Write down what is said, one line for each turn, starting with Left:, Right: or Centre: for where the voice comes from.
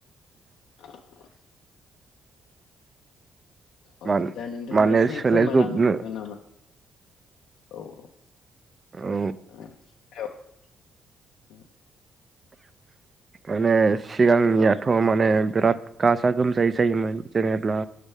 Left: <unintelligible> अ
Right: मान
Left: दा नोंथाङा
Right: माने
Left: एसे
Right: सोलायजोबनो
Left: फोरमायना होनो हागोन नामा औ औ
Right: औ
Left: <unintelligible>
Right: माने सिगांनियाथ' माने बिराद गाजा गोमजायै जायोमोन जेनेब्ला